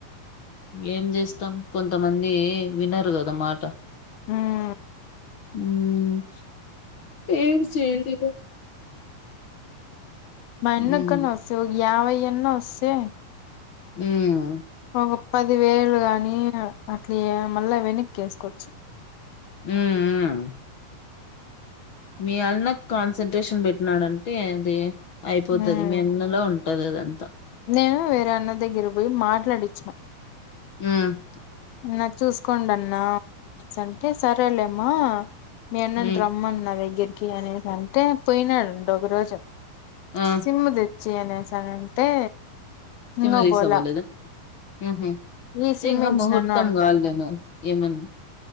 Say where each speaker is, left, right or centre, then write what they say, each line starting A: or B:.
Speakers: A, on the left; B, on the left.
A: ఏం చేస్తాం కొంతమంది వినరు కదా మాట
B: హ్మ్మ్
A: హ్మ్మ్ ఏం సేడిగా
B: మా
A: ఉమ్
B: అన్నా కన్నా వస్తే యావైయ్యన్నా వాసే
A: హ్మ్మ్
B: ఒక పది వేలు గాని అట్లా మళ్ళా వెనక్కి ఎసుకోవచ్చు
A: హ్మ్మ్ హ్మ్మ్ మీ అన్నా కాన్సన్ంట్రేషన్ పెట్టినాడంటే అది అయిపోతుది
B: ఉమ్
A: మీ అన్నా లో ఉం పది అదంతా
B: నేను వేరే అన్నా దగ్గర పోయి మాట్లాడిచ్చిన
A: హ్మ్మ్
B: అన్న చూసుకోండి అన్నా అనే అంటే సరేలేమ్మా మీ అన్నా
A: ఉమ్
B: ని రమ్మను నా దగ్గరికి అనేసి అంటే పోయినాడు అంటా ఒక రోజు
A: ఆ
B: సిమ్ము తెచ్చి అనేసానంటే
A: సిం
B: ఇంగా
A: తీసా
B: పోలా
A: పోలేదా హ్మ్మ్
B: ఈ
A: తే
B: సిమ్మే
A: ఇంకా
B: ఇచ్చినాను
A: ముహూర్తం
B: అంటాడు
A: గాలేను ఏమని